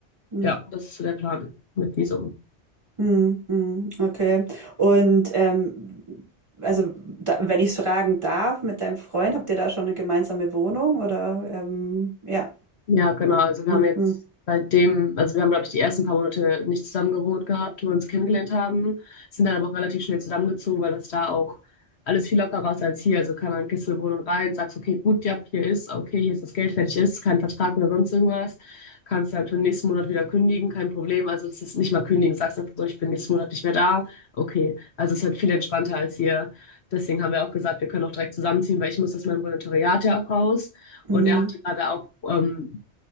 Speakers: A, on the right; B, on the left.
A: Mhm.
B: ja, das ist so der Plan mit Visum.
A: Mhm, mhm, okay. Und ähm, also, da, wenn ich es fragen darf, mit deinem Freund, habt ihr da schon eine gemeinsame Wohnung oder ähm, ja.
B: Ja, genau. Also wir
A: Mhm,
B: haben jetzt seitdem, also wir haben, glaube ich, die ersten paar Monate nicht zusammen gewohnt gehabt, wo wir uns kennengelernt haben, sind dann aber auch relativ schnell zusammengezogen, weil das da auch alles viel lockerer ist als hier. Also kann man gehst in eine Wohnung rein, sagst, okay, gut, ja, hier ist, okay, hier ist das Geld, fertig ist, kein Vertrag oder sonst irgendwas. Kannst dann für den nächsten Monat wieder kündigen, kein Problem. Also das ist nicht mal kündigen, sagst einfach so, ich bin nächsten Monat nicht mehr da. Okay. Also es ist halt viel entspannter als hier. Deswegen haben wir auch gesagt, wir können auch direkt zusammenziehen, weil ich muss aus meinem Volontariat ja auch raus. Und
A: mhm,
B: er hat gerade auch ähm,